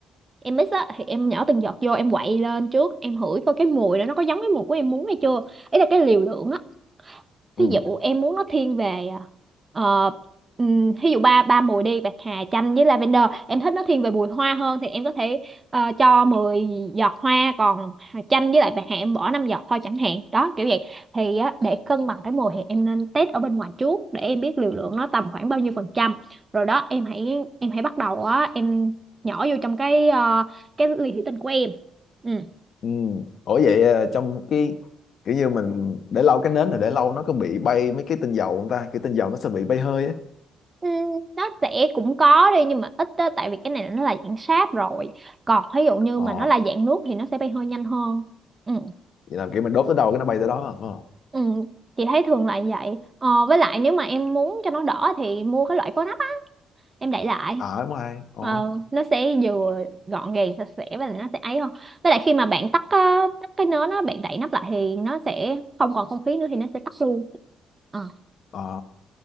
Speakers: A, on the right; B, on the left.
A: em mix á thì em nhỏ từng giọt vô em quậy lên trước em hửi coi cái mùi đó nó có giống cái mùi của em muốn hay chưa ý là cái liều lượng á
B: Ừ.
A: ví dụ em muốn nó thiên về à, ờ, ừm, ví dụ ba ba mùi đi bạc hà chanh với lavender em thích nó thiên về mùi hoa hơn thì em có thể ờ, cho mười giọt hoa còn chanh với lại bạc hà em bỏ 5 giọt thôi chẳng hạn đó kiểu vậy thì á, để cân bằng cái mùi thì em nên test ở bên ngoài trước để em biết liều lượng nó tầm khoảng bao nhiêu phần trăm rồi đó em hãy em hãy bắt đầu á em nhỏ vô trong cái ờ, cái ly thủy tinh của em ừ
B: Ừ. Ủa vậy ờ, trong cái kiểu như mình để lâu cái nến này để lâu nó có bị bay mấy cái tinh dầu không ta? Kiểu tinh dầu nó sẽ bị bay hơi á.
A: Ừ, nó sẽ cũng có đi nhưng mà ít á tại vì cái này là nó là dạng sáp rồi còn ví dụ như
B: Ờ,
A: mà nó là dạng nước thì nó sẽ bay hơi nhanh hơn ừ.
B: vậy là kiểu mình đốt tới đâu cái nó bay tới đó, à, phải không?
A: Ừ. chị thấy thường là vậy ờ, với lại nếu mà em muốn cho nó đỏ thì mua cái loại có nắp á em đậy lại
B: Ờ, đúng rồi. Ờ,
A: ờ, nó sẽ vừa gọn gàng sạch sẽ và nó sẽ ấy hơn với lại khi mà bạn tắt á, tắt cái nến á bạn đậy nắp lại thì nó sẽ không còn không khí nữa thì nó sẽ tắt luôn Ờ.
B: ờ.